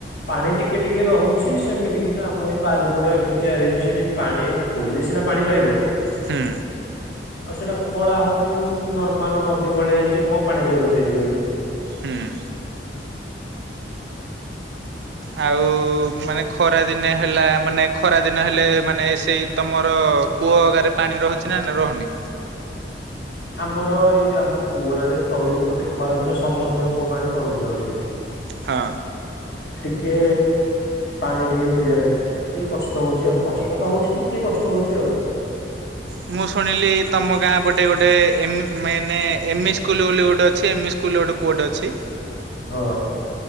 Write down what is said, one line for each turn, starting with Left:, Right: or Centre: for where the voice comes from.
Left: ପାଣି ଟିକେ ଟିକେ ରହୁଚି, ସେମିତି କିନ୍ତୁ ଆମ ଏଇ ବାରିପଟ ଏବେ ତିଆରି ହେଇ ସେଠି ପାଣି ଖୋଳିଲେ ସିନା ପାଣି ରହିବ।
Right: ହୁଁ।
Left: ଆଉ ସେଇଟା ଖୋଳା ହଉନି ସେମିତି ନର୍ମାଲ ନଦୀ ଭଳିଆ ହେଇଚି କଁ ପାଣି ରହିବ ସେଇଠି କହିଲୁ।
Right: ହୁଁ। ଆଉ ମାନେ ଖରା ଦିନ ହେଲା, ମାନେ ଖରା ଦିନ ହେଲେ ମାନେ ସେଇ ତମର କୂଅ ହେକାରେ ପାଣି ରହୁଛି ନା, ନା ରହୁନି?
Left: ଆମର ଏଇ ଆମ କୂଅର ଟେ ତଳୁକୁ ଦେଖ ଖରା ଦିନ ସମସ୍ତିଙ୍କ କୂଅ ପାଣି ତଳକୁ ଯାଉଛି ଏଠି।
Right: ହଁ।
Left: ଟିକେ ପାଣି ଟିକେ ମିଳିବାରେ ଟିକେ କଷ୍ଟ ହଉଚି ଆଉ, କଷ୍ଟ ତ ହଉଚି ଟିକେ କଷ୍ଟ ହଉ ଚି ଆଉ।
Right: ହ ମୁଁ ଶୁଣିଲି ତମ ଗାଁ ପଟେ ଗୋଟେ ଏମ୍ ମେନେ ଏମି ସ୍କୁଲ ବୋଲି ଗୋଟେ ଅଛି, ଏମି ସ୍କୁ ସ୍କୁଲରେ ଗୋଟେ କୂଅଟେ ଅଛି।
Left: ହଁ।